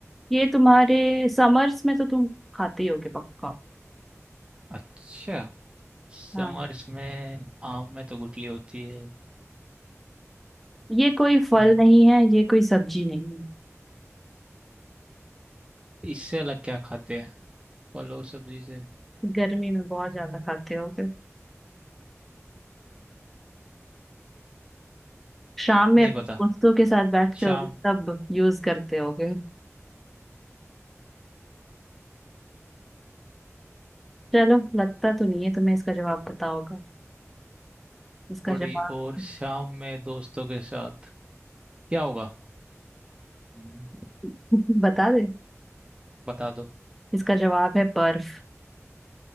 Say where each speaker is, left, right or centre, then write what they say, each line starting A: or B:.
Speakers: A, in the centre; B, on the right.
A: ये तुम्हारे समर्स में तो तुम खाते ही होगे पक्का
B: अच्छा समर्स
A: हाँ
B: में आम में तो गुठली होती है
A: ये कोई फल
B: हम्म,
A: नहीं है ये कोई सब्जी नहीं
B: इससे अलग क्या खाते हैं फल और सब्जी से
A: है गर्मी में बहुत ज्यादा खाते होगे शाम में
B: नहीं
A: अपने
B: पता
A: दोस्तों के साथ बैठते
B: शाम
A: होगे तब यूज करते होगे चलो लगता तो नहीं है तुम्हें इसका जवाब पता होगा इसका
B: थोड़ी
A: जवाब
B: और शाम में दोस्तों के साथ क्या होगा हम्म,
A: <laughs> बता दे
B: बता दो
A: इसका जवाब है बर्फ